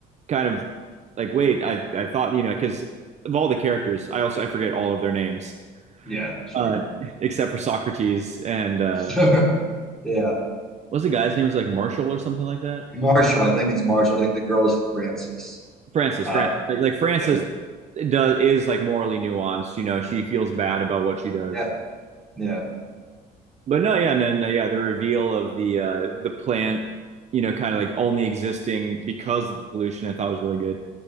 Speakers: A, on the right (about 40°); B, in the centre.
A: kind of like wait I I thought you know because of all the characters I also I forget all of their names
B: yeah, sure,
A: uh except for Socrates and uh
B: <laughs> sure, yeah.
A: what's the guy's name It was like Marshall or something like that
B: Marshall, I think it's Marshall. I think the girl is Frances.
A: Francis
B: Uh,
A: Francis like, like Francis
B: yeah,
A: does is like morally nuanced you know she feels bad about what she does
B: yeah, yeah.
A: But no, yeah, and then uh, yeah, the reveal of the uh the plant, you know, kind of like only existing because of the pollution, I thought was really good.